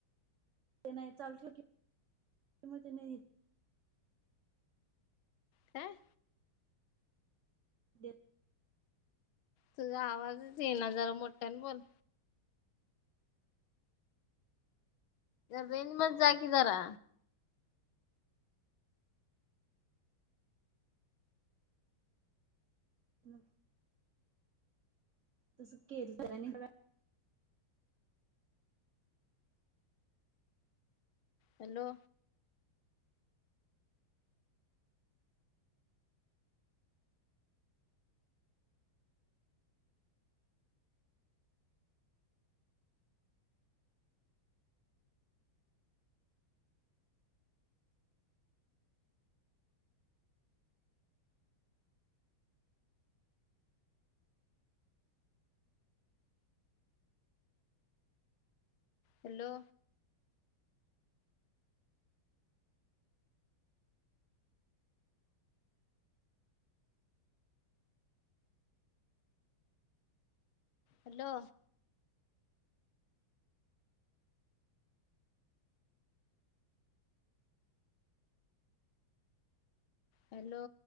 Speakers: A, on the right; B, on the left.
A: ते नाही चाल ठेव कि म ते नाही
B: काय
A: देव
B: तुझा आवाजच येईना जरा मोठ्यानं बोल. रेंज मध्ये जाय की जरा.
A: <unintelligible> तुझ केलं तर आणि मला
B: हॅलो. हॅलो. हॅलो. हॅलो.